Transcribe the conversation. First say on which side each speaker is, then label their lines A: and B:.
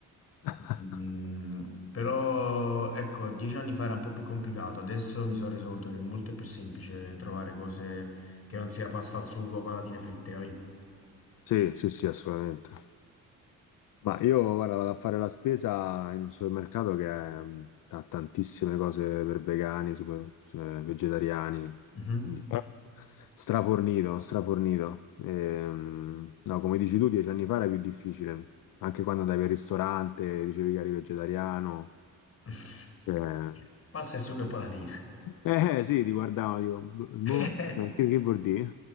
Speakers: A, on the left; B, on the left.
A: <laughs>
B: Mm, però, ecco, dieci anni fa era un po' più complicato, adesso mi sono reso conto che è molto più semplice trovare cose che non sia pasta al sugo o patatine fritte, capito?
A: Sì, sì, sì, assolutamente. Ma io, guarda, vado a fare la spesa in un supermercato che è- ha tantissime cose per vegani, super, cioè, vegetariani,
B: Mhm.
A: quindi Eh, strafornito, strafornito. Ehm, no, come dici tu, dieci anni fa era più difficile, anche quando andavi al ristorante, dicevi che eri vegetariano.
B: <laughs>
A: Eh,
B: Pasta e sugo e patatine.
A: eh, sì, ti guardavano, dico, boh, boh,
B: <laughs>
A: che, che vuol dire?